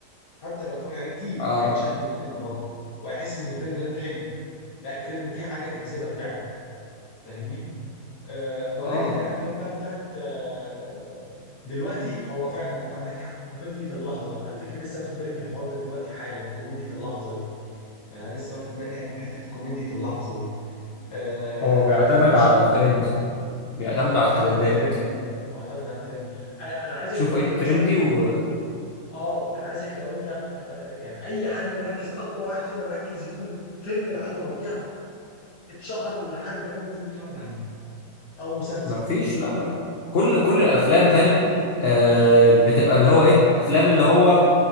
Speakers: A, on the left (about 80°); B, on the left (about 45°).
A: حتى لو اتفرج عليه كتير
B: اه
A: هيتشد للفيلم برضه وهيحس ان الفيلم لا حلو لا الفيلم فيه حاجه تجذبك فعلا فاهمني آه ولكن
B: اه
A: الافلام بقى بتاعت آه دلوقتي هو فعلا انت عندك حق كوميديا اللحظه انا على فكره لسه واخد بالي من الحوار ده دلوقتي حالا كوميديا اللحظه دي يعني انا لسه واخد بالي من حته كوميديا اللحظه دي آه يعني
B: هو بيعتمد
A: ما تلاقيش
B: على الترند بيعتمد
A: معتمد
B: على الترندات
A: على الترند معتمد على الترند انا أنا عايزك
B: تشوفوا
A: تقول
B: ايه الترندي
A: لي مثلا
B: وما
A: اه انا عايزك لو انت لو يعني اي حد مركز اقوى واحد فينا مركز يقول فيلم لعلي ربيع اتشهر ولحد الان الناس بتتفرج عليه او مسلسل
B: فيش لا لا كل كل الافلام فاهم آه بتبقى اللي هو ايه افلام اللي هو